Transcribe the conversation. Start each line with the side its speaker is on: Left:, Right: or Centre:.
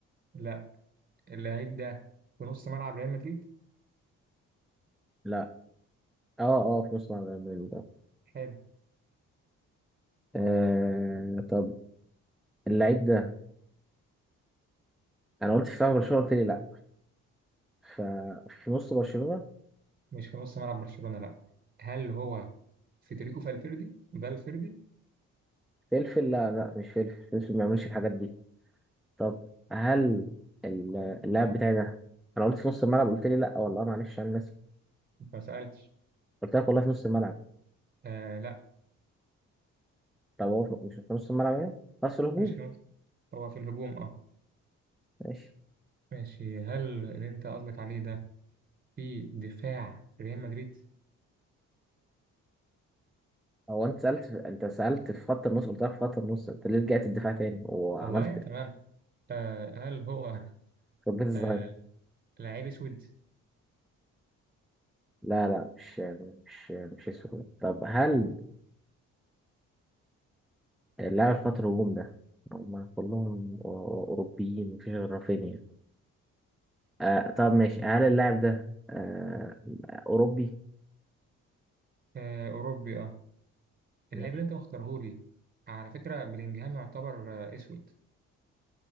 Right: لا اللعيب ده في نص ملعب ريال مدريد
Centre: لا اه اه في نص ملعب ريال مدريد اه
Right: حلو
Centre: آه، طب اللعيب ده انا قلت في فاول برشلونه قلت لي لا ففي نص برشلونه
Right: مش في نص ملعب برشلونة لا هل هو فيدريكو فالفيردي فالفيردي
Centre: فلفل لا لا مش فلفل فلفل ما بيعملش الحاجات دي طب هل ال- اللاعب بتاعي ده انا قلت في نص الملعب قلت لي لا آه، والله معلش انا ناسي
Right: ما سألتش
Centre: قلت لك والله في نص الملعب
Right: آه لا
Centre: طب هو في- مش في نص الملعب يعني خلاص الهجوم
Right: مش في نص هو في الهجوم اه
Centre: ماشي
Right: ماشي هل اللي انت قصدك عليه ده في دفاع ريال مدريد
Centre: هو انت سالت في... انت سالت في خط النص قلت لك في خط النص انت ليه رجعت الدفاع تاني وعملت
Right: والله تمام آه هل هو
Centre: فجيت الظهير
Right: آه لعيب اسود
Centre: لا لا مش مش مش اسود طب هل اللاعب في خط الهجوم ده هم كلهم أو- أوروبيين مفيش غير رافينيا آه طب ماشي هل اللاعب ده آه أوروبي؟
Right: آه اوروبي اه اللاعب
Centre: ماشي
Right: اللي انت مختارهولي على فكرة بلينجهام يعتبر آه اسود